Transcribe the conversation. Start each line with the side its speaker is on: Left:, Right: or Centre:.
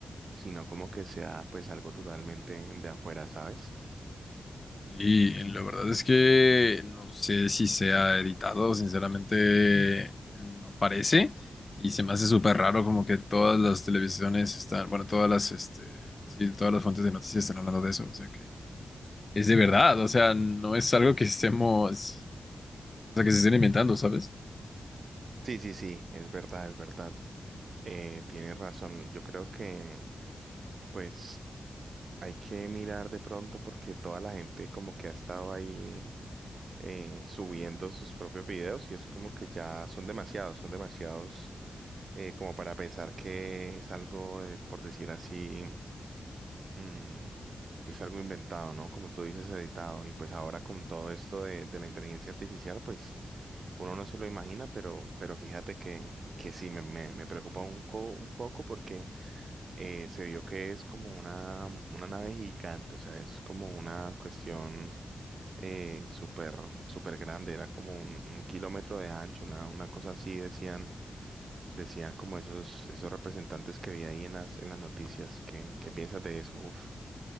Right: sino como que sea pues algo totalmente de afuera, ¿sabes?
Left: Sí, la verdad es que no sé si sea editado, sinceramente no parece. Y se me hace súper raro como que todas las televisiones están, bueno, todas las, este, sí, todas las fuentes de noticias están hablando de eso. O sea que es de verdad, o sea, no es algo que estemos, o sea, que se estén inventando, ¿sabes?
Right: Sí, sí, sí, es verdad, es verdad. Eh, tienes razón. Yo creo que pues... Hay que mirar de pronto porque toda la gente como que ha estado ahí eh, subiendo sus propios videos y es como que ya son demasiados, son demasiados eh, como para pensar que es algo, eh, por decir así mm, es algo inventado, ¿no? Como tú dices, editado. Y pues ahora con todo esto de, de la inteligencia artificial, pues uno no se lo imagina, pero, pero fíjate que, que sí, me, me, me preocupa un, co- un poco porque eh, se vio que es como una, una nave gigante, o sea, es como una cuestión eh, súper, súper grande, era como un, un kilómetro de ancho, una, una cosa así, decían, decían como esos, esos representantes que vi ahí en las, en las noticias. ¿Qué, qué piensas de eso? Uf.